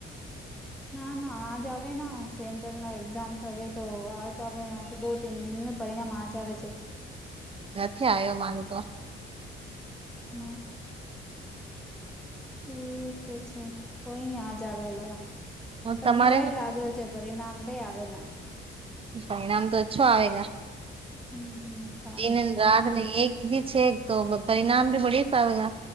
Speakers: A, in the centre; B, on the right.
A: નાના આજ આવેના સેન્ટ્રલના એક્ઝામ થાવે તો આજ આવે માતો દો તન દિન પરિણામ આજ આવે છે.
B: નથી આયો મારે તો.
A: હમ્મ. ઠીક છે કોઈ નઈ આજ આવેલો. તમને
B: તમારે
A: કંઈ લાગે છે પરિણામ કંઈ આવેલા.
B: પરિણામ તો ઓછું આવેલા
A: હમ સારું
B: દિને
A: છે
B: રાતને
A: બધું
B: એકદી છે તો પરિણામ ભી બડીતો આવે રા